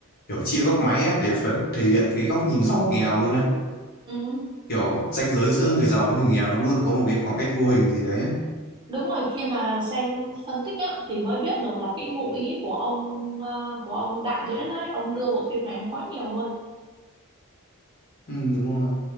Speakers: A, on the left; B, on the right.
A: kiểu chia góc máy á để phần thể hiện cái góc nhìn giàu nghèo luôn á
B: ừ.
A: kiểu ranh giới giữa người giàu với người nghèo nó luôn có một cái khoảng cách vô hình gì đấy á
B: đúng rồi khi mà xem phân tích á, thì mới biết được là cái ngụ ý của ông ờ, của ông đạo diễn ấy ông đưa bộ phim này nó quá nhiều luôn
A: ừ đúng rồi